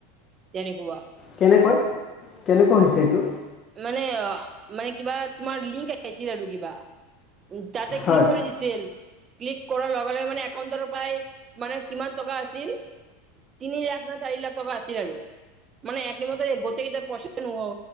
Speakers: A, on the right; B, on the left.
A: তেনেকুৱা
B: কেনেকৈ কেনেকা হৈছে এইটো
A: তেৱা মানে কিবা তোমাৰ গাইছিল আৰু কিবা তাতে
B: হয়
A: ক্লিক ্ কৰেে মানে একাউটৰ মানে কিমান টকা আছিল <inaudible> তিনি লাখ ন চাৰি লাখ টকা আছিল আৰু <inaudible> মানে একনিমতে গোতে কিতিাৰ পইচ নোহ